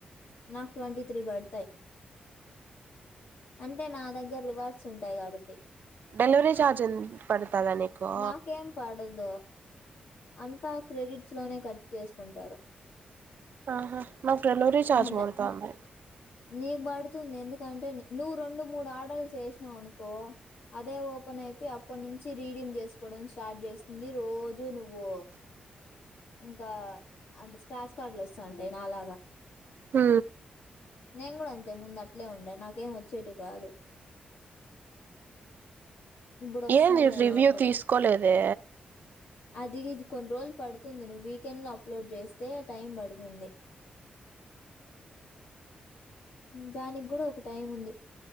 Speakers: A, on the left; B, on the right.
A: నాకు ట్వంటీ త్రీ పడతాయి అంటే నా దగ్గర రివార్డ్స్ ఉంటాయి కాబట్టి
B: డెలివరి చార్జ్ పడతదా నీకో
A: నాకేం పడదు అంతా క్రెడిట్స్ లోనే కట్ చేసుకుంటారు
B: ఆహా నాకు డలివరీ చార్జ్
A: అంట
B: పడతాంది
A: నీకు పడుతుంది ఎందుకంటే నువ్వు రెండు మూడు ఆర్డర్లు చేసినావనుకో అదే ఓపెన్ అయిపో అప్పటి నుంచి రీడమ్ చేసుకోవడం స్టార్ట్ చేస్తుంది రోజు నువ్వు ఇంకా అంటే స్క్రాచ్ కార్డులు వస్తా ఉంటాయి నాలాగా
B: ఉ
A: నేను కూడా అంతే ముందు అట్లే ఉండ నాకేం వచ్చేట్ కాదు ఇప్పుడు వస్తాండయి
B: ఏంది రివ్యూ
A: నాకు కూడా
B: తీసుకోలేదే
A: అది కొన్ని రోజులు పడుతుంది నువ్వు వీకెండ్ లో అప్లోడ్ చేస్తే టైం పడుతుంది దానిక్ గూడా ఒక టైం ఉంది